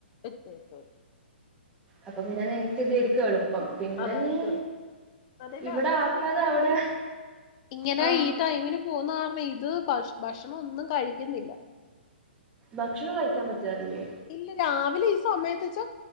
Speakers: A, on the left (about 40°); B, on the right (about 15°).
A: എത്തും എത്തും
B: അപ്പൊ പിന്നെ നിങ്ങക്ക് ഇതേര്ക്കു എളുപ്പം പിന്നെ
A: അതായിരിക്കും
B: നീ
A: എളുപ്പം അതല്ല
B: ഇവിടെ
A: അന്ന് തൊട്ട്
B: ആക്കാതെ
A: നിക്കേലി
B: അവിടെ
A: ഇങ്ങനെ
B: ആ
A: ഈ ടൈമിന് പോവുന്ന കാരണം ഇത് ബഷ് ഭക്ഷണം ഒന്നും കഴിക്കുന്നില്ല
B: ഭക്ഷണം കഴിക്കാ പറ്റാറില്ലേ
A: ഇല്ല രാവിലെ ഈ സമയത്ത്ച്ചാ